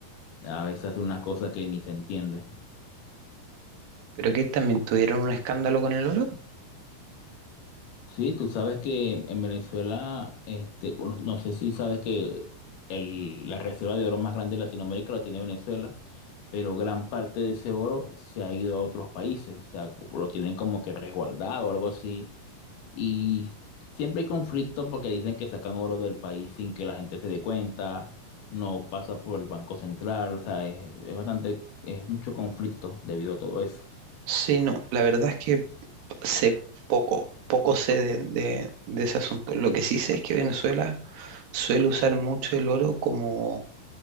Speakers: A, on the left (about 65°); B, on the right (about 75°).
A: A veces hace una cosa que ni se entiende.
B: pero que también tuvieron un escándalo con el oro?
A: Sí, tú sabes que en Venezuela, este, uno- no sé si sabes que el- la reserva de oro más grande de Latinoamérica la tiene Venezuela, pero gran parte de ese oro se ha ido a otros países, o sea, lo tienen como que resguardado o algo así. Y siempre hay conflictos porque dicen que sacan oro del país sin que la gente se dé cuenta, no pasa por el Banco Central, o sea, es, es bastante, es mucho conflicto debido a todo eso.
B: Sí, no. La verdad es que sé poco, poco sé de, de- de ese asunto. Lo que sí sé es que Venezuela suele usar mucho el oro como,